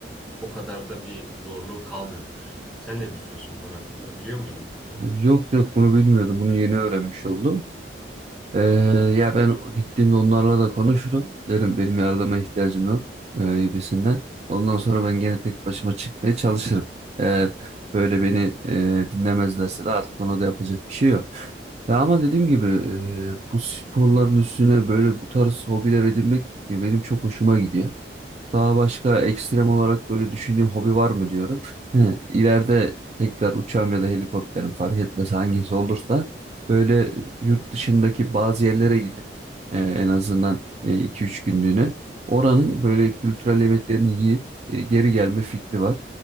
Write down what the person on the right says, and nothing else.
Yok yok bunu bilmiyordum. Bunu yeni öğrenmiş oldum. Ee, ya ben gittiğimde onlarla da konuşurum. Derim benim yardıma ihtiyacım yok e, gibisinden. Ondan sonra ben gene tek başıma çıkmaya çalışırım. Eğer böyle beni e, dinlemezlerse de artık ona da yapacak bir şey yok. Ya ama dediğim gibi e, bu sporların üstüne böyle bu tarz hobiler edinmek benim çok hoşuma gidiyor. Daha başka ekstrem olarak böyle düşündüğün hobi var mı diyorum. He, ileride tekrar uçağım ya da helikopterim fark etmez hangisi olursa böyle yurt dışındaki bazı yerlere gidip e, en azından e, iki üç günlüğüne oranın böyle kültürel yemeklerini yiyip e, geri gelme fikri var.